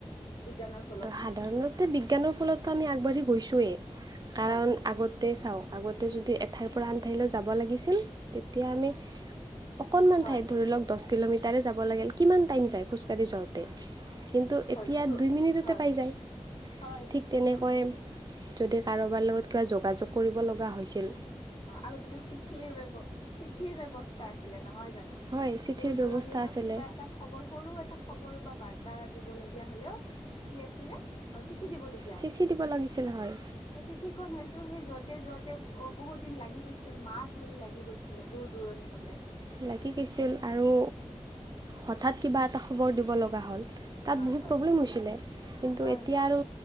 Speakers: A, on the left (about 50°); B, on the right (about 35°).
A: বিজ্ঞানৰ ফলত
B: সাধাৰণতে বিজ্ঞানৰ ফলতো আমি আগবাঢ়ি গৈছোঁৱেই কাৰণ
A: হয়
B: আগতে চাওঁ। আগতে যদি এঠাইৰ পৰা আন ঠাইলৈ যাব লাগিছিল তেতিয়া আমি। অকণমান
A: হয়
B: ঠাইত ধৰি লওক দহ কিলোমিটাৰে যাব লাগিল কিমান টাইম যায় খোজকাঢ়ি যাওঁতে। কিন্তু
A: হয়তো
B: এতিয়া দুই মিনিটতে।
A: হয়
B: পায় জাই
A: হয়
B: ঠিক তেনেকৈ
A: নিশ্চয়
B: যদি কাৰোবাৰ লগত কিবা যোগাযোগ কৰিব লগা হৈছিল
A: আৰু তেতিয়া চিঠিৰ ব্যব চিঠিৰ ব্যৱস্থা আ নহয় জানো
B: হয় চিঠিৰ
A: দূৰ দূৰণিলৈ
B: ব্যৱস্থা আছিলে
A: কিবা এটা খবৰ সৰু এটা খবৰ বা বাৰ্তা এ দিব লগগীয়া হলেও অ কি আছিলে চিঠি দিবলগীয়া হৈছিল
B: চিঠি দিব লাগিছিল হয়
A: সেই চিঠিখন হয়তো সেই যতে যতে বহুত দিন লাগি গৈছিল মাহ ধৰি লাগি গৈছিলে দূৰ দূৰণি হলে।
B: লাগি গৈছিল আৰু হঠাৎ কিবা এটা খবৰ দিব লগা হ'ল তাত
A: হয়
B: বহুত
A: হয়
B: প্ৰব্লেম হৈছিলে কিন্তু
A: হয়
B: এতিয়া
A: হয়
B: আৰু